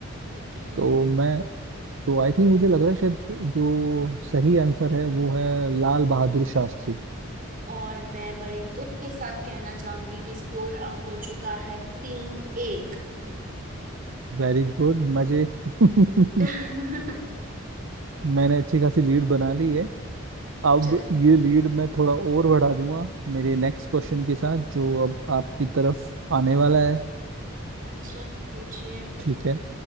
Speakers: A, on the right; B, on the right.
A: ठीक है
B: तो मैं तो आई थिंक मुझे लग रहा है शायद जो सही आंसर है वो है लाल बहादुर शास्त्री
A: और मैं बड़े दुख के साथ कहना चाहूंगी कि स्कोर अब हो चुका है तीन एक
B: वेरी गुड मजे <laughs>
A: <laughs>
B: मैंने अच्छी खासी लीड बना ली है अब
A: चलो
B: ये लीड मैं थोड़ा और बढ़ा दूंगा मेरे नेक्स्ट क्वेश्चन के साथ जो अब आपकी तरफ आने वाला है
A: अच्छा पूछिए
B: ठीक है